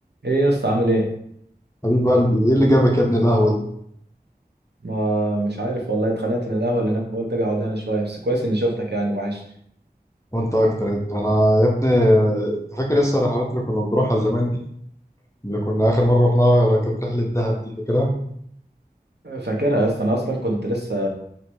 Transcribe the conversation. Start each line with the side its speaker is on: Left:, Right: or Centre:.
Right: ايه يا اسطى عامل ايه
Left: حبيب قلبي ايه اللي جابك يا ابني القهوه دي
Right: ما مش عارف والله اتخنقت من القهوه اللي هناك فقلت اجي اقعد هنا شويه بس كويس اني شفتك يعني وحشني
Left: وانت اكتر يا ابني انا يا ابني انت فاكر لسه الرحلات اللي كنا بنروحها زمان دي اللي كنا اخر مره رحناها اللي كانت رحله دهب دي فاكرها
Right: فاكرها يا اسطى انا اصلا كنت لسه